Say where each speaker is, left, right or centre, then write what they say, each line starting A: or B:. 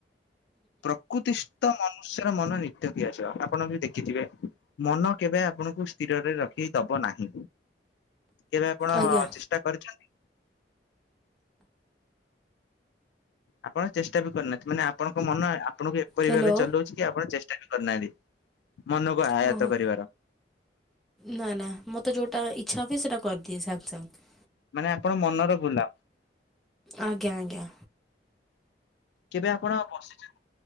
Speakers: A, on the left; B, in the centre.
A: ପ୍ରକୃତି ମନୁଷ୍ୟର ମନ ନିତ୍ୟ ଦିଆଯିବ ଆପଣ ଯ ଦେଖିଥିବେ ମନ କେବେ ଆପଣଙ୍କୁ ସ୍ଥିରରେ ରଖିକି ଦବ ନାହିଁ କେବେ ଆପଣ
B: ଆଜ୍ଞା।
A: ଚେଷ୍ଟା କରିଛନ୍ତି ଆପଣ ଚେଷ୍ଟା ବି କରିୁନାହାନ୍ତି ମାନେ ଆପଣଙ୍କ ମନ ଆପଣଙ୍କୁ ଏପରି
B: ହ୍ୟାଲୋ
A: ଭାବେ ଚଲାଉଛି କି ଆପଣ ଚେଷ୍ଟା କରିନାହାନ୍ତି ମନକୁ ଆୟତ
B: ହଁ ହଁ।
A: କରିବାର
B: ନା ନା ମୋତେ ଯୋଉଟା ଇଚ୍ଛା ହୁଏ ସେଟା କରିଦିଏ ସାଙ୍ଗେ ସାଙ୍ଗେ
A: ମାନେ ଆପଣ ମନର ଗୁଲା
B: ଆଜ୍ଞା ଆଜ୍ଞା
A: କେବେ ଆପଣ ବସିଛନ୍ତି